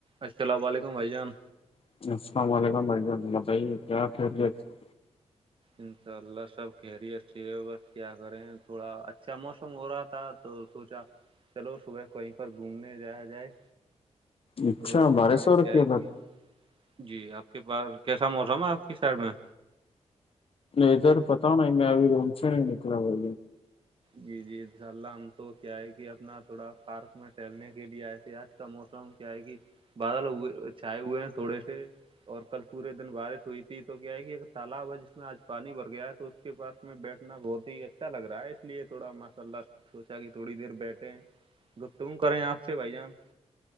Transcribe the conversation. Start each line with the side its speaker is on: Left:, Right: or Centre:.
Right: السلام علیکم بھائی جان
Left: <unintelligible>
Right: انشاء اللہ سب خیریت سے بس کیا کریں تھوڑا اچھا موسم ہو رہا تھا تو سوچا چلو صبح کہیں پر گھومنے جا جائے
Left: اچھا
Right: تو ہمارے
Left: بارہ سو
Right: کیا
Left: روپ
Right: ہے کہ
Left: بر
Right: جی آپ کے پاس کیسا موسم ہے آپ کی سائڈ میں
Left: ادھر پتا نہیں میں ائی رم سے نہیں نکر ب
Right: جی جی ان شاء اللہ ہم تو کیا ہے کہ اپنا تھوڑا پارک میں ٹہلنے کے لیے آئے تھے آج کا موسم کیا ہے کہ بادلئے چھائے ہوئے ہیں تھوڑے سے اور کل پورے دن بارش ہوئی تھی تو کیا ہے کہ ایک تالاب ہے جس میں آج پانی بھر گیا تو اس کے پس میں بیٹھنا بہت ہی اچھا لگ رہا ہے اس لیے تھوڑا ماشاء اللہ سوچا کہ تھوڑی دیر بیٹھے گفتگو کریں آپ سے بھائی جان <unintelligible>